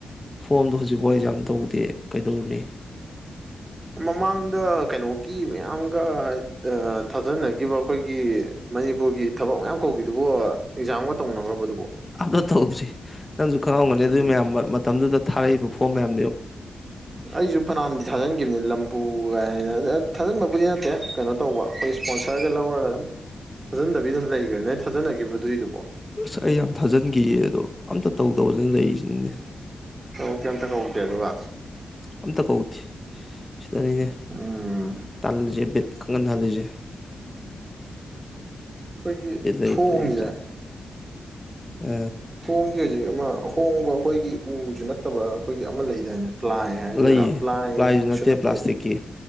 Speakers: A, on the left (about 15°); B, on the right (about 30°).
A: ꯐꯣꯝꯗꯣ ꯍꯧꯖꯤꯛꯐꯥꯎꯁ ꯌꯥꯝ ꯇꯧꯗꯦ ꯀꯩꯗꯧꯔꯅꯤ
B: ꯃꯃꯥꯡꯗ ꯀꯩꯅꯣꯒꯤ ꯃꯌꯥꯝꯒ ꯍꯥꯏ ꯊꯥꯖꯅꯒꯦ ꯑꯩꯈꯣꯏꯒꯤ ꯃꯅꯤꯄꯨꯔꯒꯤ ꯊꯕꯛ ꯃꯌꯥꯝ ꯀꯧꯈꯤꯗꯨꯕꯨ ꯑꯦꯛꯖꯥꯝꯒ ꯇꯧꯅꯈ꯭ꯔꯕꯗꯨꯕꯣ
A: ꯑꯞꯂꯣꯗ ꯇꯧꯗ꯭ꯔꯤ ꯅꯪꯁꯨ ꯈꯪꯂꯝꯝꯒꯅꯤ ꯑꯗꯨꯒꯤ
B: ꯑꯗꯨ
A: ꯃꯌꯥꯝ ꯃꯇꯝꯗꯨꯗ ꯊꯥꯔꯛꯏꯕ ꯐꯣꯝ ꯃꯌꯥꯝ
B: ꯑꯩꯁꯨ ꯐꯅꯥꯟꯗꯤ ꯊꯥꯖꯤꯟꯈꯤꯕꯅꯤ ꯂꯝꯕꯨ ꯀꯥꯏꯅ ꯊꯥꯖꯤꯟꯕꯕꯨꯗꯤ ꯅꯠꯇꯦ ꯀꯩꯅꯣ ꯇꯧꯕ ꯑꯩꯈꯣꯏ ꯏꯁꯄꯣꯟꯁꯔꯗ ꯂꯧꯔꯒ ꯑꯗꯨꯝ ꯊꯥꯖꯟꯗꯕꯤ ꯑꯗꯨꯝ ꯂꯩꯈ꯭ꯔꯦ ꯅ ꯊꯥꯖꯟꯅꯈꯤꯕꯗꯨꯏꯗꯨꯕꯣ
A: ꯑꯁ ꯑꯩ ꯌꯥꯝ ꯊꯥꯖꯤꯟꯈꯤꯌꯦ ꯑꯗꯣ ꯑꯝꯇ ꯇꯧꯗꯕꯁꯤꯅ ꯂꯩꯔꯤꯁꯤꯅꯤꯅꯦ
B: ꯀꯧꯀꯦ ꯑꯝꯇ ꯀꯧꯗꯦ ꯑꯗꯨꯒ
A: ꯑꯝꯇ ꯀꯧꯗꯦ ꯁꯤꯗꯅꯤꯅꯦ
B: ꯎꯝ
A: ꯇꯜꯂꯤꯁꯦ ꯕꯦꯠ ꯈꯪꯍꯟꯊꯍꯜꯂꯤꯁꯦ
B: ꯑꯩꯈꯣꯏꯒꯤ
A: ꯏꯗ ꯂꯩꯇ
B: ꯊꯣꯡꯁꯦ
A: ꯏꯇ ꯑ
B: ꯊꯣꯡꯁꯦ ꯍꯧꯖꯤꯛ ꯑꯃ ꯑꯍꯣꯡꯕ ꯑꯩꯈꯣꯏꯒꯤ ꯎꯁꯨ ꯅꯠꯇꯕ ꯑꯩꯈꯣꯏꯒꯤ ꯑꯃ ꯂꯩꯗꯥꯏꯅꯦ ꯄ꯭ꯂꯥꯏ ꯍꯥꯏꯗꯣꯏꯔꯥ
A: ꯂꯩꯌꯦ
B: ꯄ꯭ꯂꯥꯏ
A: ꯄ꯭ꯂꯥꯏꯁꯨ
B: ꯃꯛꯁꯨ ꯅꯠꯇꯦ
A: ꯄ꯭ꯂꯥꯁꯇꯤꯛꯀꯤ